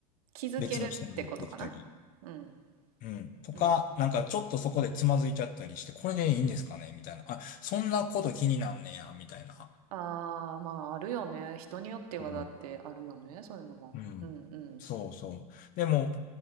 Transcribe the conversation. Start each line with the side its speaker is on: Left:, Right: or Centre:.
Right: 気づけるってことかなうん。
Left: 別の人に持ってきたり、うん、とか、
Right: うん。
Left: なんかちょっとそこでつまずいちゃったりして、これでいいんですかねみたいな。あ、そんなこと気になんねや、みたいな。
Right: ああ、まあ、あるよね。人によってはだってあるよね。
Left: うん、
Right: そういうのも。
Left: うん。
Right: うんうん。
Left: そうそう。でも、